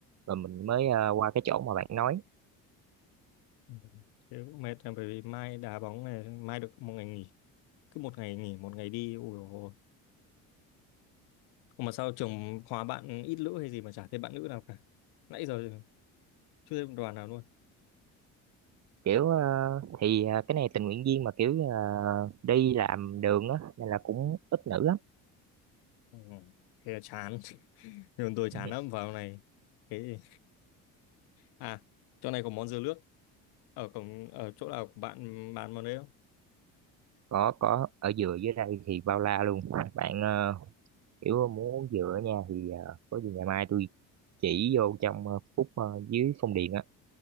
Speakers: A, on the right (about 45°); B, on the left (about 70°).
A: rồi mình mới ờ, qua cái chỗ mà bạn nói
B: Ừ. thế cũng mệt là bởi vì mai đá bóng này mai được một ngày nghỉ cứ một ngày nghỉ một ngày đi ôi dồi ôi. mà sao trường khóa bạn ít nữ hay gì mà chả thấy bạn nữ nào cả nãy giờ chưa thấy một đoàn nào luôn
A: kiểu ờ, thì ờ, cái này tình nguyện viên mà kiểu ờ, đi làm đường á nên là cũng ít nữ lắm
B: ừ. thế là chán <laughs> nhưng tôi chán
A: <laughs>
B: lắm vào này thế à chỗ này có món dưa nước ở cổng ở chỗ nào của bạn bán món đấy không
A: có có ở dừa dưới đây thì bao la luôn bạn ờ, kiểu muốn dừa nha thì ờ, có gì ngày mai tôi chỉ vô trong ờ, phút ờ, dưới Phong Điền á